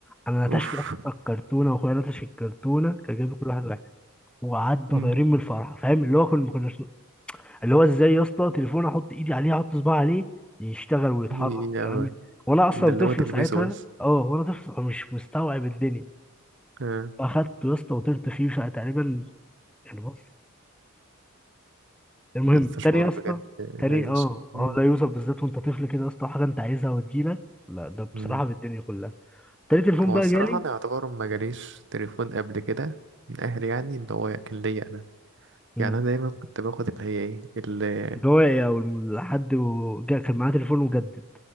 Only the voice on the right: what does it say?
اوف
مم.
يا
ده اللي
هو تلمسه
بس
آه.
لسه شعور
بجد
لا يوصف
مم.
مم.
هو
الصراحة
أنا يعتبر ما جاليش تليفون قبل كده من أهلي يعني اللي هو كان ليا أنا
يعني أنا دايما كنت باخد اللي هي إيه اللي